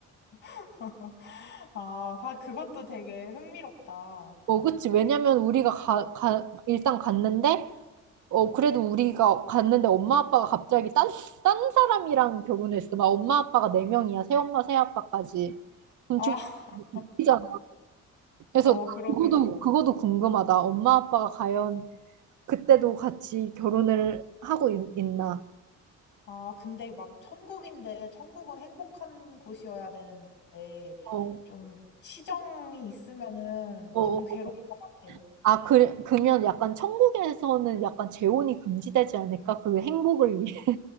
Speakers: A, on the left; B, on the right.
A: <laughs> 아, 아, 그것도 되게 흥미롭다.
B: 어, 그치. 왜냐면 우리가 가, 가, 일단 갔는데, 어, 그래도 우리가 갔는데 엄마, 아빠가 갑자기 딴, 딴 사람이랑 결혼했어. 막 엄마, 아빠가 네명이야 새엄마, 새아빠까지. 그럼
A: 아,
B: 좀
A: <laughs>
B: 웃기잖아. 그래서
A: 어, 그러게.
B: 그거도, 그거도 궁금하다. 엄마, 아빠가 과연 그때도 같이 결혼을 하고 있, 나
A: 아, 근데 막 천국인데, 천국은 행복한 곳이어야 되는데,
B: 어, 어,
A: 좀 치정이 있으면은
B: 어,
A: 너무
B: 어.
A: 괴로울 것 같아.
B: 아, 그, 그러면 약간 천국에서는 약간 재혼이 금지되지 않을까? 그 행복을 위해.